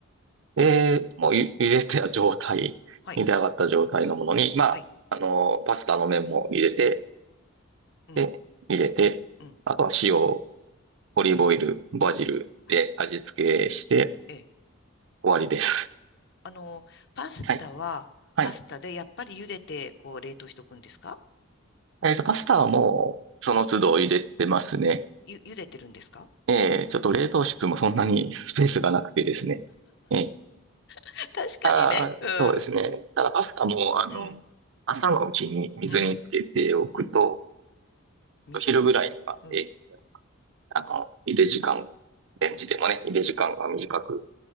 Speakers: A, on the right (about 60°); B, on the left (about 55°).
A: で、もうゆ、茹でた状態、
B: はい、
A: 茹で上がった状態のものに、まあ、
B: はい、
A: あの、パスタの麺も入れて、
B: うん、
A: で、入れて、
B: うん、
A: あとは塩、オリーブオイル、バジルで味付けして
B: はい、はい、ええ。
A: 終わりです。
B: あの、パスタは、
A: はい。はい。
B: パスタで、やっぱり茹でて、こう、冷凍しとくんですか
A: えっと、パスタはもう、その都度入れてますね。
B: ゆ、茹でてるんですか
A: ええ、ちょっと冷凍室もそんなにスペースがなくてですね。ええ
B: <laughs> 確かにね。
A: ああ、
B: うん。
A: そうですね。ただパスタも、あの、
B: うん、
A: 朝のうちに水につけておくと、
B: うん、うん。水につけ、
A: お昼ぐらいには、
B: うん。
A: え、あの、茹で時間、レンジでもね、茹で時間が短く